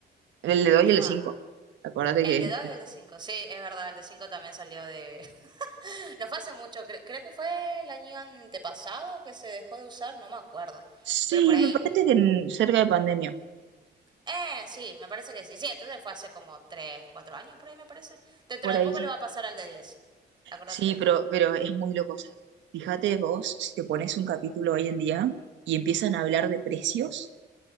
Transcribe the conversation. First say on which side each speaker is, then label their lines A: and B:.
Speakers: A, on the right; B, on the right.
A: El de 2
B: Fa.
A: y el de 5. Acuérdate
B: El
A: que.
B: de 2 y el de cinco sí, es verdad, el de 5 también salió de... <laughs> No fue hace mucho, cre- creo que fue el año antepasado que se dejó de usar, no me acuerdo,
A: Sí,
B: pero por ahí.
A: me parece que en- cerca de pandemia,
B: Eh, sí, me parece que sí. Sí, entonces fue hace como 3 4 años por ahí, me parece. Dentro
A: por
B: de
A: ahí.
B: poco
A: Sí,
B: le va a pasar al de diez Acordate
A: Sí,
B: lo que
A: pero,
B: te digo.
A: pero es muy loco. o sea, fíjate vos, si te pones un capítulo hoy en día y empiezan a hablar de precios,